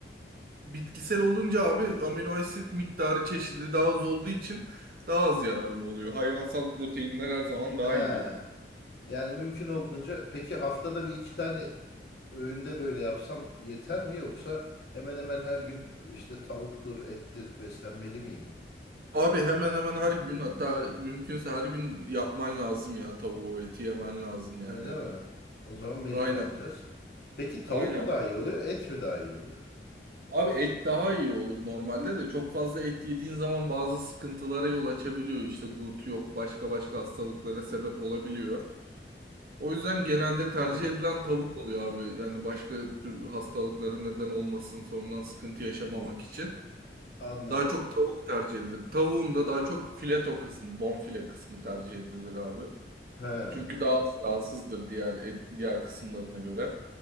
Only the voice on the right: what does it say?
Bitkisel olunca abi amino asit miktarı çeşidi daha az olduğu için daha az yararlı oluyor. Hayvansal proteinler her zaman daha
iyidir yani.
Abi hemen hemen her gün hatta mümkünse her gün yapman lazım ya tavuğu eti yemen lazım
yani.
Aynen
aynen.
Abi et daha iyi olur normalde de çok fazla et yediğin zaman bazı sıkıntılara yol açabiliyor. İşte gut yok başka başka hastalıklara sebep olabiliyor. O yüzden genelde tercih
edilen tavuk oluyor abi. Yani başka tür hastalıklara neden olmasın sonradan sıkıntı yaşamamak için.
Daha çok tavuk tercih edilir. Tavuğun da daha çok fileto kısmı, bonfile kısmı tercih edilir abi.
Çünkü daha az yağsızdır diğer et- diğer kısımlarına göre.